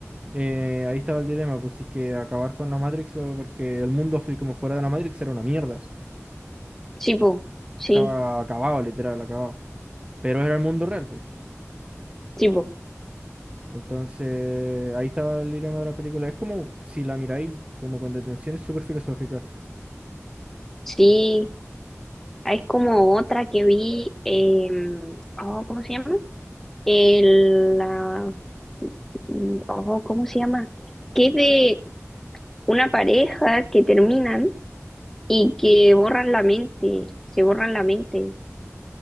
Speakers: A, on the right (about 20°); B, in the centre.
A: eh, ahí estaba el dilema, pues si es que acabar con la Matrix o- porque el mundo fue como fuera de la Matrix era una mierda.
B: Sí, po.
A: Estaba
B: Sí,
A: acabado, literal, acabado. Pero era el mundo real, po.
B: sí, po.
A: Entonces, ahí estaba el dilema de la película. Es como, si la miráis como con detención, es súper filosófica.
B: Sí. Ah, Es como otra que vi. em, oh, ¿cómo se llama? El, la- mm, oh, ¿cómo se llama? Que es de una pareja que terminan y que borran la mente, se borran la mente.